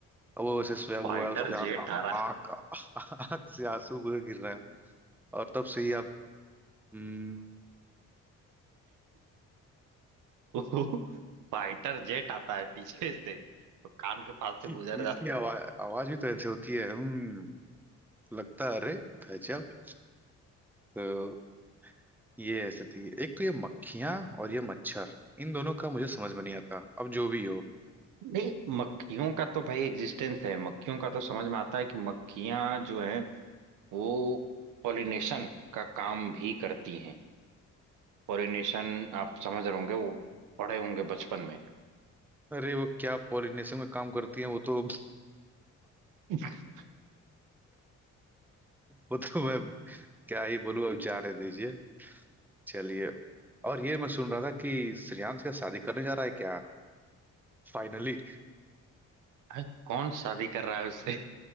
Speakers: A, in the centre; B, on the right.
A: अब वो वैसे सोया
B: फाइटर
A: हुआ है उसके आ-
B: जेट
A: आ-
B: आ
A: आंख आंख <laughs> से आंसू बह गिर रहे हैं और तब से ही आप हम्म,
B: <laughs> फाइटर जेट आता है पीछे से तो कान के पास से
A: की
B: गुजर
A: इसकी
B: जाता
A: आवाज आवाज भी तो ऐसे होती है हम्म लगता है अरे गजब तो ये ऐसे थी एक तो ये मक्खियां और ये मच्छर इन दोनों का मुझे समझ में नहीं आता अब जो भी हो
B: है नहीं मक्खियों का तो भाई एग्जिस्टेंस है मक्खियों का तो समझ में आता है कि मक्खियां जो हैं वो पॉलिनेशन का काम भी करती हैं पॉलिनेशन आप समझ रहे होंगे वो पढ़े होंगे बचपन में
A: अरे वो क्या पॉलिनेशन का काम करती है वो तो <laughs>
B: <laughs>
A: वो तो मैं क्या ही बोलूं अब जाने दीजिए चलिए और ये मैं सुन रहा था कि श्रेयांश क्या शादी करने जा रहा है क्या फाइनली
B: अरे कौन शादी कर रहा है उससे